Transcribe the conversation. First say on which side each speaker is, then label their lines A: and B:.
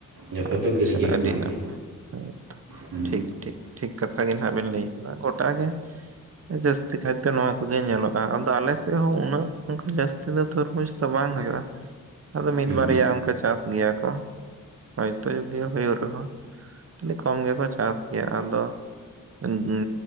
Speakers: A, on the right; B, on the right.
A: ᱡᱚᱛᱚ
B: ᱟᱪᱪᱷᱟ
A: ᱴᱩ ᱜᱟᱹᱰᱭᱟᱹ
B: ᱟᱹᱰᱤ
A: ᱠᱷᱚᱱᱟᱜ
B: ᱱᱟᱯᱟᱭ
A: ᱜᱮ,
B: ᱦᱮᱸᱛᱚ᱾
A: ᱦᱩᱸ᱾
B: ᱴᱷᱤᱠ ᱴᱷᱤᱠ ᱴᱷᱤᱠ ᱠᱟᱛᱷᱟ ᱜᱮ ᱱᱟᱦᱟᱸᱜ ᱵᱮᱱ ᱞᱟᱹᱭ ᱠᱟᱫᱟ᱾ ᱜᱚᱴᱟ ᱜᱮ ᱡᱟᱹᱥᱛᱤ ᱠᱟᱭᱛᱮ ᱱᱚᱣᱟ ᱠᱚᱜᱮ ᱧᱮᱞᱚᱜ-ᱟ ᱟᱫᱚ ᱟᱞᱮ ᱥᱮᱜ ᱦᱚᱸ ᱩᱱᱟᱹᱜ ᱚᱱᱠᱟ ᱡᱟᱥ ᱱᱚᱛᱮ ᱫᱚ ᱛᱚᱨᱢᱩᱡᱽ ᱫᱚ ᱵᱟᱝ ᱦᱩᱭᱩᱜ-ᱟ ᱟᱫᱚ ᱢᱤᱫ
A: ᱦᱮᱸ
B: ᱵᱟᱨᱭᱟ ᱚᱱᱠᱟ ᱪᱟᱥ ᱜᱮᱭᱟ ᱠᱚ᱾ ᱦᱚᱭᱛᱚ ᱡᱩᱫᱤ ᱦᱩᱭᱩᱜ ᱨᱮᱦᱚᱸ ᱟᱹᱰᱤ ᱠᱚᱢ ᱜᱮᱠᱚ ᱪᱟᱥ ᱜᱮᱭᱟ ᱟᱫᱚ ᱩᱜ ᱩᱻ